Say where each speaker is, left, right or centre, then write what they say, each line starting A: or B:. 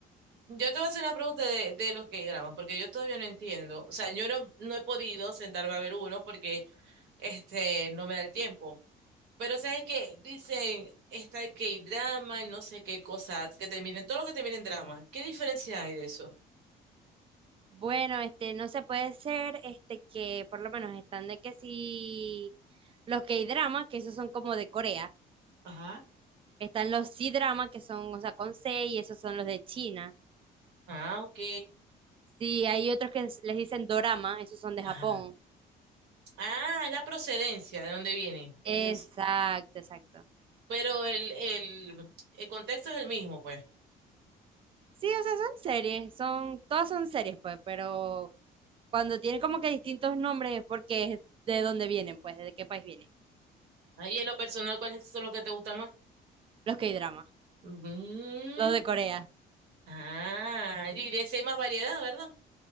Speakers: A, on the right (about 80°); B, on the right (about 30°).
A: Yo te voy a hacer una pregunta de, de los K-dramas, porque yo todavía no entiendo. O sea, yo no, no he podido sentarme a ver uno porque este no me da el tiempo. Pero sabes que dicen, está el K-drama, el no sé qué cosas, que terminen, todo lo que termina en drama. ¿Qué diferencia hay de eso?
B: Bueno, este, no se puede ser, este, que por lo menos están de que si los K-drama, que esos son como de Corea,
A: Ajá.
B: están los C-drama, que son, o sea, con C, y esos son los de China.
A: Ah, ok.
B: Sí, hay otros que s- les dicen dorama, esos son de
A: Ajá.
B: Japón.
A: Ah, la procedencia, ¿de dónde viene? Es
B: Exacto,
A: eso.
B: exacto.
A: Pero el, el, el contexto es el mismo, pues.
B: Sí, o sea, son series, son, todas son series, pues, pero cuando tienen como que distintos nombres es porque es de dónde vienen, pues, de qué país vienen.
A: Ahí en lo personal, ¿cuáles son los que te gustan más?
B: Los K-drama,
A: Mm,
B: los de Corea.
A: ah, y de ese hay más variedad, ¿verdad?